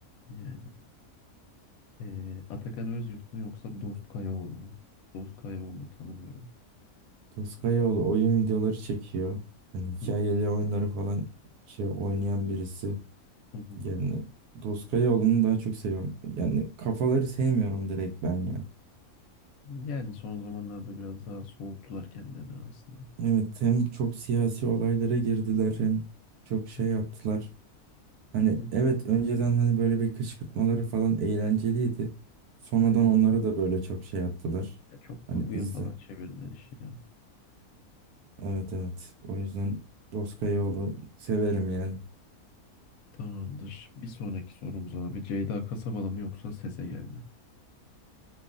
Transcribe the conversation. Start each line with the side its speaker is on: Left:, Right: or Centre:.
Left: Yani ee, Atakan Özyurt mu yoksa Dost Kayaoğlu mu? Dost Kayaoğlu'nu tanımıyorum.
Right: Toskayaoğlu oyun videoları çekiyor. Hani hikayeli
Left: Hı hı,
Right: oyunları falan şey oynayan birisi.
Left: hı hı.
Right: Yani Toskayaoğlu'nu daha çok seviyorum. Yani kafaları sevmiyorum direkt ben ya.
Left: Yani son zamanlarda biraz daha soğuttular kendilerini aslında.
Right: Evet hem çok siyasi olaylara girdiler hem çok şey
Left: Hı hı,
Right: yaptılar. Hani
Left: hı.
Right: evet önceden hani böyle bir kışkırtmaları falan eğlenceliydi. Sonradan
Left: Aynen.
Right: onları da böyle çok şey yaptılar.
Left: Ya çok
Right: Hani
Left: kurguya
Right: izle.
Left: falan çevirdiler işi ya.
Right: Evet evet. O yüzden Doskayoğlu severim yani.
Left: Tamamdır. Bir sonraki sorumuz abi. Ceyda Kasabalı mı yoksa Sese Gel mi?